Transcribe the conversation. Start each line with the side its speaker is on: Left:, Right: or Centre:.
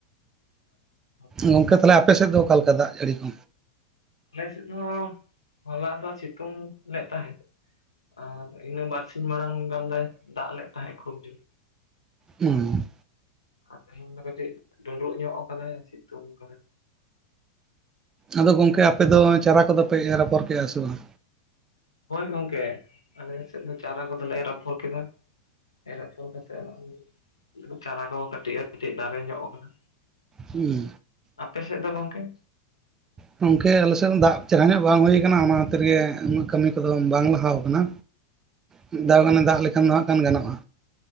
Left: <inaudible>
Right: ᱜᱚᱝᱠᱮ ᱛᱟᱦᱚᱞᱮ ᱟᱯᱮ ᱥᱮᱫ ᱫᱚ ᱚᱠᱟ ᱞᱮᱠᱟ ᱫᱟᱜ ᱡᱟᱹᱲᱤ ᱠᱚ?
Left: ᱟᱞᱮ ᱥᱮᱫ ᱦᱚᱸ ᱦᱚᱞᱟ ᱫᱚ ᱥᱤᱛᱩᱝ ᱞᱮᱫ ᱛᱟᱦᱮᱸᱫ ᱟᱨ ᱤᱱᱟᱹ ᱵᱟᱨ ᱥᱤᱧ ᱢᱟᱲᱟᱝ ᱜᱟᱱ ᱫᱚᱭ ᱫᱟᱜ ᱞᱮᱫ ᱛᱟᱦᱮᱸᱫ ᱠᱷᱩᱵ ᱡᱳᱨ᱾
Right: ᱩᱸ᱾
Left: ᱟᱨ ᱛᱮᱦᱮᱧ ᱫᱚ ᱠᱟᱹᱴᱤᱡ ᱰᱩᱱᱰᱩᱜ ᱧᱚᱜ ᱠᱟᱫᱟᱭ ᱥᱤᱛᱩᱝ ᱠᱟᱫᱟ᱾
Right: ᱟᱫᱚ ᱜᱚᱝᱠᱮ ᱟᱯᱮ ᱫᱚ ᱪᱟᱨᱟ ᱠᱚᱫᱚ ᱯᱮ ᱮᱨ ᱟᱯᱷᱚᱨ ᱠᱮᱫ-ᱟ ᱥᱮ ᱵᱟᱝ?
Left: ᱦᱳᱭ ᱜᱚᱢᱠᱮ ᱟᱞᱮ ᱥᱮᱫ ᱫᱚ ᱪᱟᱨᱟ ᱠᱚᱫᱚᱞᱮ ᱮᱨ ᱟᱯᱷᱚᱨ ᱠᱮᱫᱟ᱾ ᱮᱨ ᱟᱯᱷᱚᱨ ᱠᱟᱛᱮᱜ ᱱᱚᱜ-ᱚᱭ ᱪᱟᱨᱟ ᱠᱚ ᱠᱟᱹᱴᱤᱡ ᱠᱟᱹᱴᱤᱡ ᱫᱟᱨᱮ ᱧᱚᱜ ᱟᱠᱟᱱᱟ᱾
Right: ᱦᱩᱸ
Left: ᱟᱯᱮ ᱥᱮᱫ ᱫᱚ ᱜᱚᱝᱠᱮ?
Right: ᱜᱚᱝᱠᱮ ᱟᱞᱮᱥᱮᱫ ᱫᱚ ᱫᱟᱜ ᱪᱮᱨᱦᱟ ᱧᱚᱜ ᱵᱟᱝ ᱦᱩᱭ ᱟᱠᱟᱱᱟ ᱚᱱᱟ ᱠᱷᱟᱹᱛᱤᱨ ᱜᱮ ᱩᱱᱟᱹᱜ ᱠᱟᱹᱢᱤ ᱠᱚᱫᱚ ᱵᱟᱝ ᱞᱟᱦᱟᱣ ᱠᱟᱱᱟ᱾
Left: <inaudible>
Right: ᱢᱤᱫ ᱫᱷᱟᱣ ᱜᱟᱱᱮ ᱫᱟᱜ ᱞᱮᱠᱷᱟᱱ ᱫᱚ ᱦᱟᱸᱜ ᱠᱷᱟᱱ ᱜᱟᱱᱚᱜᱼᱟ᱾